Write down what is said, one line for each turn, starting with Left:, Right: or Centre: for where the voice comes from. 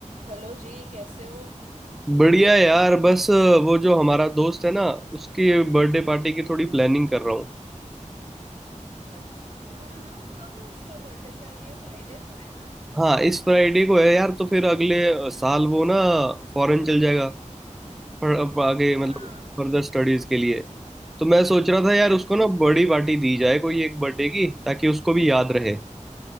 Right: Hello जी कैसे हो
Centre: बढ़िया यार बस वो जो हमारा दोस्त है ना उसकी बर्थडे पार्टी की थोड़ी प्लानिंग कर रहा हूँ
Right: अच्छा हाँ ना कब है उसका बर्थडे शायद ये फ्राइडे को है ना
Centre: हाँ इस फ्राइडे को है यार तो फिर अगले साल वो ना फॉरेन चल जाएगा पर अब आगे
Right: हाँ
Centre: मतलब फर्दर स्टडीज के लिए तो मैं सोच रहा था यार उसको
Right: हाँ,
Centre: ना बड़ी पार्टी दी जाए कोई एक बर्थडे की ताकि उसको भी याद रहे